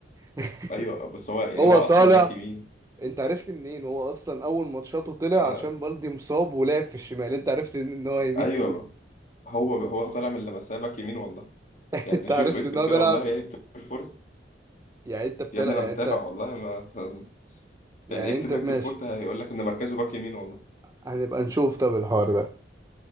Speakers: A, on the right; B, on the left.
A: <laughs>
B: ايوه بس هو يعني
A: هو
B: هو
A: طالع
B: اصلا باك يمين
A: انت عرفت منين هو اصلا اول ماتشاته طلع
B: انا
A: عشان بالدي مصاب ولعب في الشمال انت عرفت منين ان هو يمين
B: ايوه هو هو طالع من لمسيه باك يمين والله يعني
A: انت
B: شوف
A: عرفت
B: اكتب
A: ان هو
B: كده
A: بيلعب
B: والله يا هيكتور فورت
A: يعني انت بتلعب
B: يا ابني انا
A: يعني
B: متابع
A: انت
B: والله ما ت-
A: يعني
B: يعني اكتب
A: انت ماشي
B: هيكتور فورت هيقول لك ان مركزه باك يمين والله
A: هنبقى نشوف طب الحوار ده